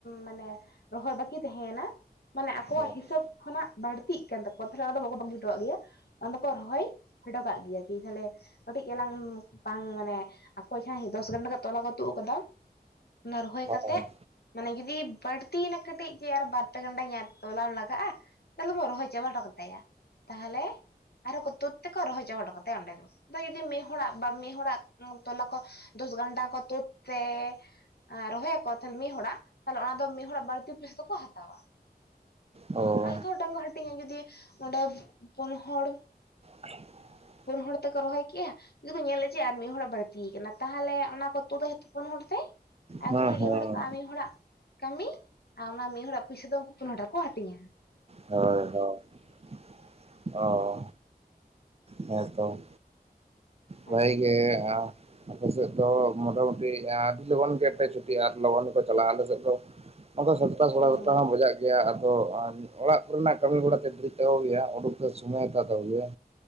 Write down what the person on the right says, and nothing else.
ᱦᱮᱸ
ᱦᱮᱸ
ᱚ ᱾
<unintelligible>
ᱦᱮᱸ
ᱦᱮᱸ
ᱦᱳᱭ ᱦᱳᱭ ᱾ ᱚ ᱦᱮᱸᱛᱚ᱾ ᱵᱷᱟᱹᱜᱤ
ᱜᱮ ᱟᱢ ᱟᱯᱮ ᱥᱮᱜ ᱫᱚ ᱢᱚᱴᱟᱢᱩᱴᱤ ᱟᱹᱰᱤ ᱞᱚᱜᱚᱱ ᱜᱮᱯᱮ ᱪᱷᱩᱴᱤᱼᱟ ᱟᱨ ᱞᱚᱜᱚᱱ ᱜᱮᱠᱚ ᱪᱟᱞᱟᱜᱼᱟ ᱟᱞᱮ ᱥᱮᱫ ᱫᱚ? ᱚᱱᱟᱫᱚ ᱥᱟᱛᱴᱟ ᱥᱟᱲᱮ
ᱥᱟᱛᱴᱟ ᱜᱟᱱ ᱵᱟᱡᱟᱜ ᱜᱮᱭᱟ ᱟᱫᱚᱼᱼ ᱚᱲᱟᱜ ᱠᱚᱨᱮᱱᱟᱜ ᱠᱟᱢᱤ ᱵᱟᱲᱟᱛᱮ ᱰᱮᱨᱤᱜ ᱛᱟᱠᱚ ᱜᱮᱭᱟ ᱩᱰᱩᱠᱛᱮ ᱥᱚᱢᱚᱭ ᱦᱟᱛᱟ ᱛᱟᱠᱚ ᱜᱮᱭᱟ᱾